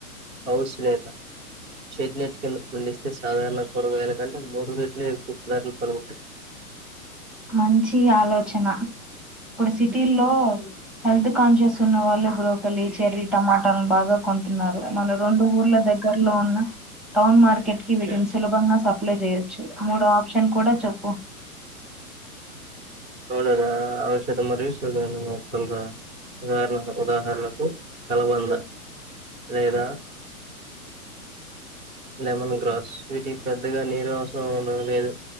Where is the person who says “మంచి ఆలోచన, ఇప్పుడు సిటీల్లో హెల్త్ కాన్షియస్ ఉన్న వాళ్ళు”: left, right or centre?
Centre